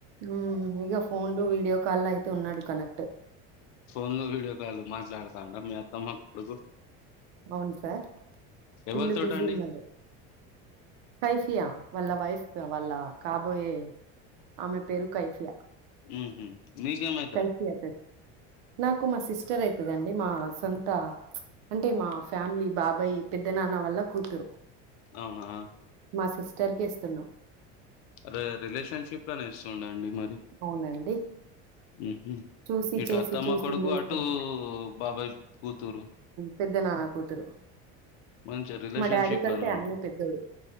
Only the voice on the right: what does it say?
హూ ఇగ ఫోన్లు వీడియో కాల్ అయితే ఉన్నాడు కనెక్ట్
అవును సార్ ఫుల్లు
బిజీ
ఉన్నడు కైఫియా వాళ్ళ వైఫ్ వాళ్ళ కాబోయే ఆమె పేరు కైఫియా
కైఫియా అయితది నాకు మా సిస్టర్ ఐతదండి మా సొంత అంటే మా ఫ్యామిలీ బాబాయ్ పెద్ద నాన్న వాళ్ళ కూతురు
మా సిస్టర్ కే ఇస్తున్నాం
అవునండి
చూసి
చేసి
చూసిందే
ఇస్తున్నాం.
పెద్ద నాన్న కూతురు
మా డాడీ కంటే
ఆయన పెద్దోడు